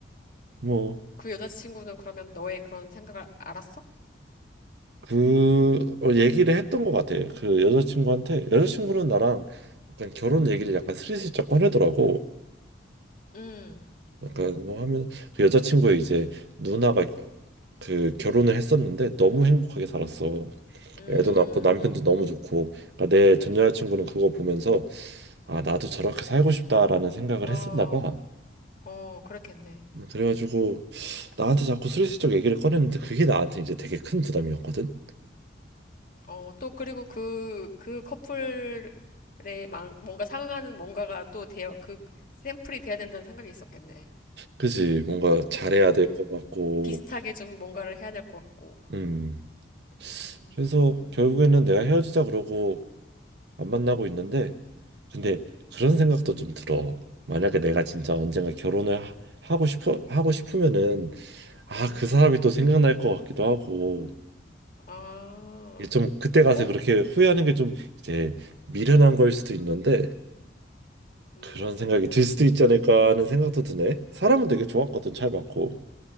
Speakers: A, on the right; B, on the left.
A: 뭐
B: 그 여자친구는 그러면 너의 그런 생각을 알았어?
A: 그 어, 얘기를 했던 것 같아. 그 여자친구한테 여자친구는 나랑 약간 결혼 얘기를 약간 스리슬쩍 꺼내더라고.
B: 응.
A: 약간 뭐 하면 그 여자친구의 이제 누나가 그 결혼을 했었는데 너무 행복하게 살았어.
B: 음,
A: 애도 낳고 남편도 너무 좋고. 그러니까 내 전 여자친구는 그거 보면서 아 나도 저렇게 살고 싶다라는 생각을
B: 음, 어,
A: 했었나 봐.
B: 어, 그렇겠네.
A: 그래가지고 나한테 자꾸 슬슬쩍 얘기를 꺼냈는데 그게 나한테 이제 되게 큰 부담이었거든.
B: 어, 또 그리고 그, 그 커플에 망- 뭔가 상응하는 뭔가가 또 되어, 그 샘플이 돼야 된다는 생각이 있었겠네.
A: 그지 뭔가 잘해야
B: 음,
A: 될 것 같고.
B: 비슷하게 좀 뭔가를 해야 될 것 같고.
A: 음.
B: 음,
A: 그래서 결국에는 내가 헤어지자 그러고 안 만나고 있는데 근데 그런 생각도 좀 들어. 만약에 내가
B: 음,
A: 진짜 언젠가 결혼을 하- 하고 싶어 하고 싶으면은 아,
B: 음.
A: 그 사람이 또 생각날 것 같기도 하고
B: 아,
A: 이게 좀 그때 가서
B: 어,
A: 그렇게 후회하는 게 좀 이제 미련한 걸 수도 있는데
B: 음.
A: 그런 생각이 들 수도 있지 않을까 하는 생각도 드네. 사람은 되게 좋았거든, 잘 맞고.